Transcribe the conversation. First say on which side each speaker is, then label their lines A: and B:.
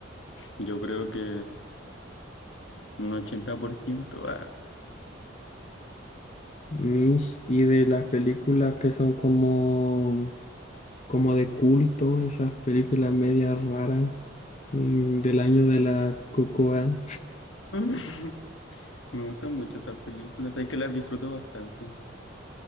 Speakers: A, on the left; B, on the left.
A: Yo creo que un 80%. Ah.
B: Mish, y de las películas que son como, como de culto, esas películas medias raras mm, del año de la Cocoa.
A: <laughs> Me gustan mucho esas películas, hay que las disfruto bastante.